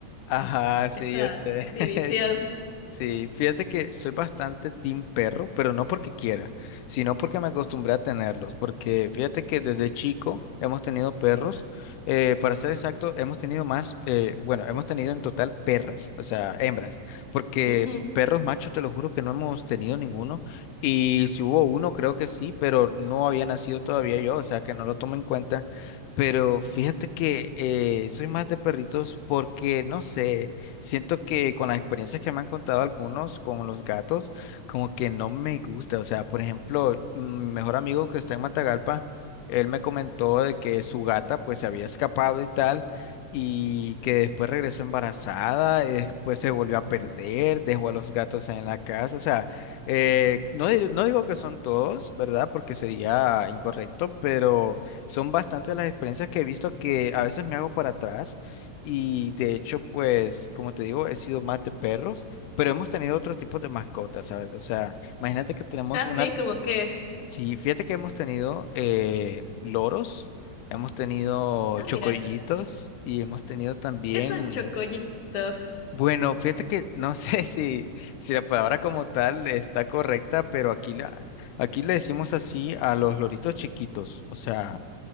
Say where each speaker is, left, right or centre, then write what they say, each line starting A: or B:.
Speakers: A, on the left; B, on the left.
A: Ajá,
B: esa
A: sí, yo sé.
B: división.
A: <laughs> Sí, fíjate que soy bastante team perro, pero no porque quiera, sino porque me acostumbré a tenerlos, porque fíjate que desde chico hemos tenido perros, eh, para ser exacto, hemos tenido más, eh, bueno, hemos tenido en total perras, o sea, hembras, porque
B: Ujú.
A: perros machos te lo juro que no hemos tenido ninguno, y si hubo uno creo que sí, pero no había nacido todavía yo, o sea que no lo tomo en cuenta, pero fíjate que eh, soy más de perritos porque, no sé. Siento que con las experiencias que me han contado algunos con los gatos, como que no me gusta. O sea, por ejemplo, mi mejor amigo que está en Matagalpa, él me comentó de que su gata pues se había escapado y tal, y que después regresó embarazada, y después se volvió a perder, dejó a los gatos en la casa. O sea, eh, no, dir- no digo que son todos, ¿verdad? Porque sería incorrecto, pero son bastantes las experiencias que he visto que a veces me hago para atrás y de hecho, pues, como te digo, he sido más de perros, pero hemos tenido otro tipo de mascotas, ¿sabes? O sea, imagínate que tenemos
B: Ah,
A: una,
B: sí, como que.
A: sí, fíjate que hemos tenido eh, loros, hemos tenido
B: Ah,
A: chocollitos
B: mira,
A: y hemos tenido también,
B: ¿qué son chocollitos?
A: bueno, fíjate que no sé <laughs> si, si la palabra como tal está correcta, pero aquí, la, aquí le decimos así a los loritos chiquitos, o sea,